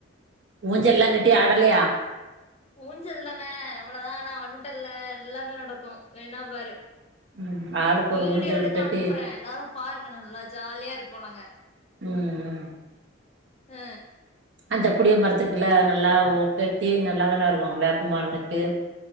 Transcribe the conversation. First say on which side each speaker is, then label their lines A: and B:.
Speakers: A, on the right; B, on the left.
A: ஊஞ்செல்லா கட்டி ஆடலையா
B: ஊஞ்சல் தான அவளதா நா ஆனா வன்ட்டல்ல எல்லாமே நடக்கு வேனா பாரு
A: ம் ஆளுக்கு ஒரு
B: வீடியோ
A: ஊஞ்சல்
B: எடுத்து
A: கட்டி
B: அனுப்புறே எல்லாரு பாருங்க நல்லா ஜால்யா இருப்போ நாங்க
A: அ அ
B: அ
A: அந்த புடிய மரத்துக்கில நல்லாவு கட்டி நல்லாதான இருக்கு வேப்ப மரனுக்கு